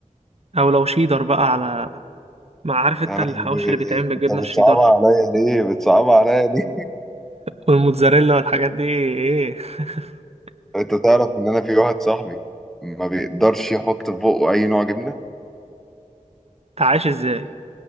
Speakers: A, on the right (about 50°); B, in the centre.
A: أو لو شيدر بقى على ما عارف انت
B: يا لهوي
A: الحواوشي اللي بيتعمل بالجبنة
B: أنت
A: الشيدر
B: بتصعبها عليا ليه؟ بتصعبها عليا ليه؟
A: والموتزاريلا والحاجات دي ايه <laughs>
B: أنت تعرف إن أنا في واحد صاحبي ما بيقدرش يحط في بقه أي نوع جبنة؟
A: انت عايش ازاي